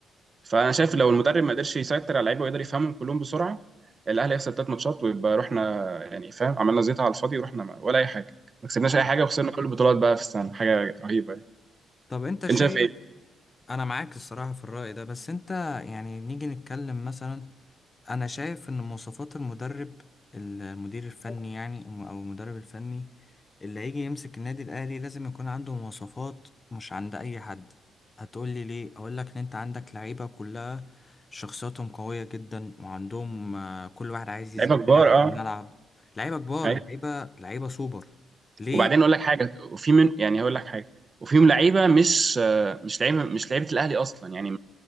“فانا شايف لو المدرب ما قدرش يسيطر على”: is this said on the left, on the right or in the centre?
Right